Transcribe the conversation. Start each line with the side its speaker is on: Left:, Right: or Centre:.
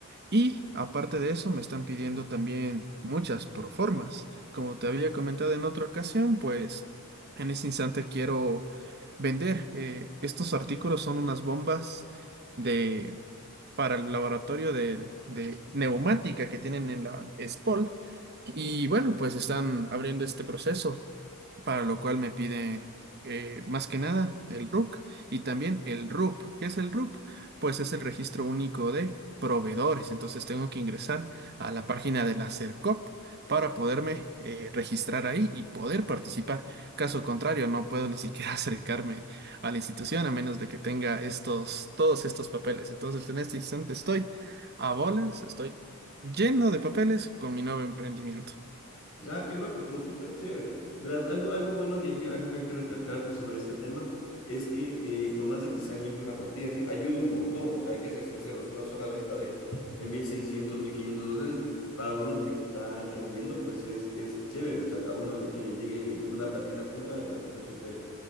Right: Y aparte de eso, me están pidiendo también muchas proformas. Como te había comentado en otra ocasión, pues en este instante quiero vender. eh, estos artículos son unas bombas de, para el laboratorio de, de neumática que tienen en la SPOL. Y bueno, pues están abriendo este proceso para lo cual me piden eh, más que nada el RUC y también el RUP. ¿Qué es el RUP? Pues es el registro único de proveedores. Entonces tengo que ingresar a la página de la Sercop para poderme eh, registrar ahí y poder participar. Caso contrario, no puedo ni siquiera <laughs> acercarme a la institución a menos de que tenga estos, todos estos papeles. Entonces en este instante estoy a bolas, estoy lleno de papeles con mi nuevo emprendimiento.
Left: Ah, qué loco, pero súper chévere. Verás, algo, algo bueno y hay que, algo que hay que recalcar sobre este tema es que eh, por más de que sean ínfima cuantía, sí, ayuda un montón. O sea, hay que ser sinceros, una sola venta de, de mil seiscientos, mil quinientos dólares para uno que está emprendiendo, pues es, es chévere. O sea, a uno le, que le llegue una platita junta me parece que es súper,